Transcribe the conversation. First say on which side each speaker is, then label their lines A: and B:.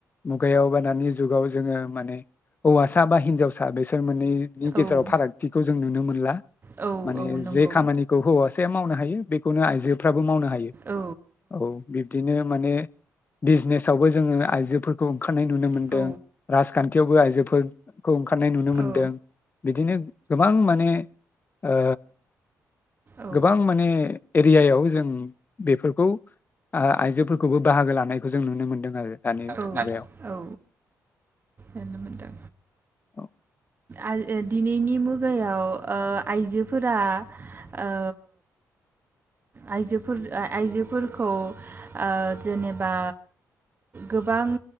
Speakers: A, on the left; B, on the right.
A: मुगायाव बा दानि जुगाव जोङो माने हौवासा बा हिनजावसा बिसोर मोननै नि गेजेराव
B: औ
A: फारागथिखौ जों नुनो मोनला।
B: औ
A: माने
B: औ नंगौ
A: जे खामानिखौ हौवासा <unintelligible> मावनो हायो बेख खौनो आइजोफ्राबो मावनो हायो।
B: औ
A: औ बिब्दिनो माने बिजनेसावबो जोङो आइजोफोरखौ खारनाय नुनो मोनदों
B: औ
A: राजखान्थियावबो आइजो बो खौ ओंखारनाय नुनो
B: औ
A: मोन्दों, बिदिनो गोबां माने ओ
B: औ
A: गोबां माने एरियायाव जों बेफोरखौ ओ आइजोफोरखौबो बाहागो लानायखौ जों नुनो मोन्दों आरो दानि
B: औ
A: मुगायाव
B: औ। नुनो मोनदों।
A: औ
B: आज ओ दिनैनि मुगायाव ओ आइजोफोरा ओ आइजोफोर ओ आइजोफोरखौ ओ जेनेबा गोबां